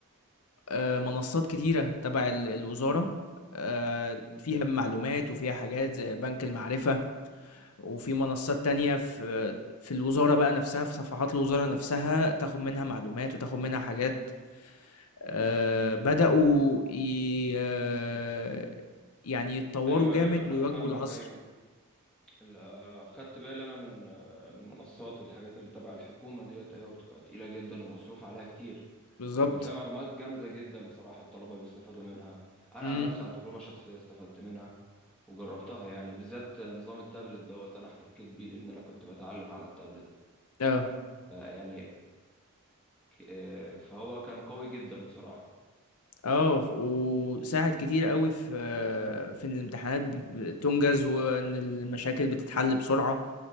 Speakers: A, on the left; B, in the centre.
A: آه، منصات كتيرة تبع ال- الوزارة آه، فيها معلومات وفيها حاجات زي بنك المعرفة وفي منصات تانية في في الوزارة بقى نفسها في صفحات الوزارة نفسها تاخد منها معلومات وتاخد منها حاجات آه، بدأوا ي... آه، يعني يتطوروا
B: ايوه
A: جامد
B: ايوه انا
A: ويواكبوا
B: فاهمك
A: العصر
B: ايوه ال- آه، خدت بالي انا من آه، من منصات الحاجات اللي تبع الحكومه ديت ايوه بتبقى تقيله جدا ومصروف عليها كتير
A: بالظبط
B: وبيبقى فيها معلومات جامده جدا بصراحه الطلبه بيستفادوا منها انا
A: امم
B: عن نفسي عن تجربه شخصيه استفدت منها وجربتها يعني بالذات نظام التابلت دوت انا احتكيت بيه لان انا كنت بتعلم على التابلت
A: اه
B: آه يعني آه فهو كان قوي جدا بصراحه
A: اه ف- وساعد كتير قوي في آه، في إن الامتحانات ب- تنجز وان المشاكل بتتحل بسرعة